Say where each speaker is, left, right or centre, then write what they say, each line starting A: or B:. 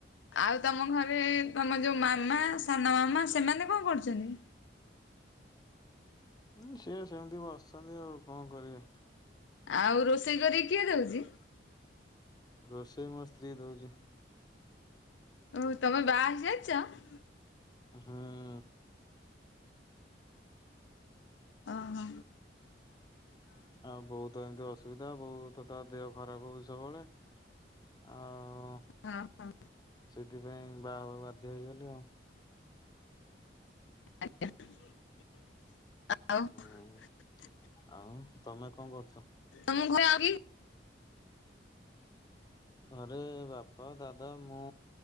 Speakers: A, on the left; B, on the left.
A: ଆଉ ତମ ଘରେ ତମ ଯୋଉ ମାମା, ସାନମାମା, ସେମାନେ କଣ କରୁଛନ୍ତି?
B: ହୁଁ ସିଏ ସେମତି ବସିଛନ୍ତି ଆଉ କଅଁ କରିବେ।
A: ଆଉ ରୋଷେଇ କରିକି କିଏ ଦଉଛି?
B: ରୋଷେଇ ମୋ ସ୍ତ୍ରୀ ଦଉଚି।
A: ଓହୋ, ତମେ ବାହା ହେଇସାରିଛ?
B: ହୁଁ
A: ଓହୋ
B: ଆଉ ବୋଉ ତ ଏମତି ଅସୁ ସୁବିଧା, ବୋଉ ତ ତା ଦେହ ଖରାପ ହଉଚି ସବୁବେଳେ, ଆଉ
A: ହଁ ହଁ।
B: ସେଥିପାଇଁ ବାହାହବାକୁ ବାଧ୍ୟ ହେଇଗଲି ଆଉ।
A: ଆଜ୍ଞା। ଆଉ
B: ହୁଁ
A: <unintelligible>
B: ଆଉ ତମେ କଣ କରୁଛ?
A: ତମ ଘରେ ଆଉ କିଏ?
B: ଘରେ ବାପା ଦାଦା ମୁଁ